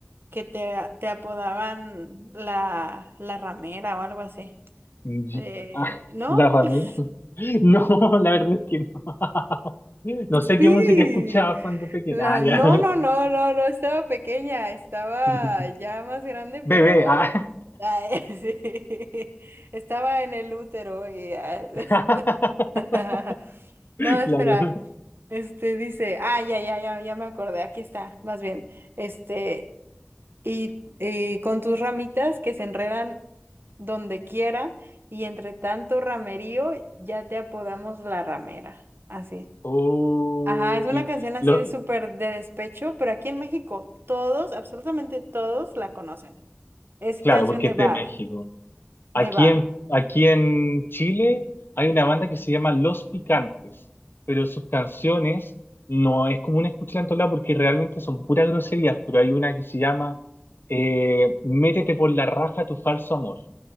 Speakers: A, on the right; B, on the left.
A: que te, te apodaban la, la ramera o algo así.
B: Y-
A: Eh,
B: ah,
A: ¿no?
B: ¿la ramera?
A: <laughs>
B: <laughs> No, la verdad es que no. <laughs> No
A: Sí.
B: sé qué música escuchaba cuando pequeña.
A: La-
B: Ah, ya.
A: No, no, no, no, no estaba pequeña, estaba
B: <laughs>
A: ya más grande, pero
B: Bebé. ah.
A: ay, <laughs> sí, estaba en el útero y ah,
B: <laughs>
A: <laughs>
B: <laughs>
A: no, espera.
B: Claro.
A: Este dice, ah, ya, ya, ya, ya me acordé, aquí está, más bien. Este, y, y con tus ramitas que se enredan donde quiera, y entre tanto ramerío, ya te apodamos la ramera. Así.
B: Oh,
A: Ajá, es una
B: lo-
A: canción así
B: lo-
A: de súper de despecho, pero aquí en México todos, absolutamente todos la conocen. Es
B: claro,
A: canción
B: porque
A: de
B: es
A: bar,
B: de México. Aquí
A: de bar.
B: en, aquí en Chile hay una banda que se llama Los Picantes, pero sus canciones no es común escucharla en todos lados porque realmente son puras groserías, pero hay una que se llama eh, Métete por la raja tu falso amor.